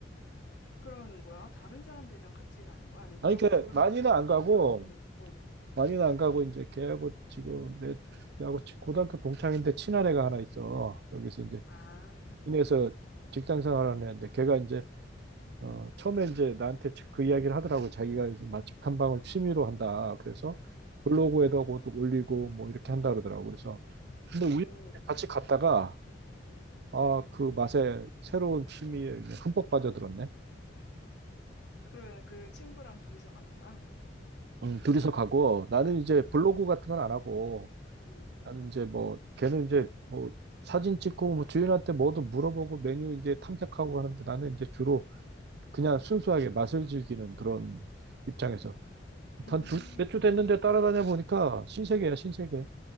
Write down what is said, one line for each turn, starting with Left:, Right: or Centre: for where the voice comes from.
Left: 그러면은 뭐야? 다른 사람들이랑 같이 가는 거야? 아니면
Right: 아니,
Left: 그런
Right: 그러니까
Left: 그런
Right: 많이는
Left: 거를
Right: 안 가고,
Left: 취미로 하는 사람이? 어.
Right: 많이는 안 가고, 이제 걔하고 지금 내, 내하고 지- 고등학교 동창인데 친한 애가 하나 있어. 여기서 이제,
Left: 아,
Right: 인해서 직장 생활하는 애인데, 걔가 이제, 어, 처음에 이제 나한테 그 이야기를 하더라고. 자기가 이제 맛집 탐방을 취미로 한다. 그래서
Left: 응,
Right: 블로그에다 그것도 올리고 뭐 이렇게 한다 그러더라고. 그래서, 근데
Left: 오,
Right: 우연히 같이 갔다가,
Left: 응.
Right: 아, 그 맛에 새로운 취미에 그냥 흠뻑 빠져들었네.
Left: 아, 그러면 그 친구랑 둘이서 가는 거야?
Right: 음, 둘이서
Left: 보통?
Right: 가고 나는 이제
Left: 응,
Right: 블로그 같은 건 안 하고
Left: 응.
Right: 나는 이제 뭐 걔는 이제 뭐 사진 찍고 뭐 주인한테 뭐도 물어보고 메뉴 이제 탐색하고 하는데 나는 이제 주로 그냥 순수하게 맛을 즐기는 그런 입장에서
Left: 음,
Right: 한두몇주 됐는데 따라다녀 보니까 신세계야 신세계.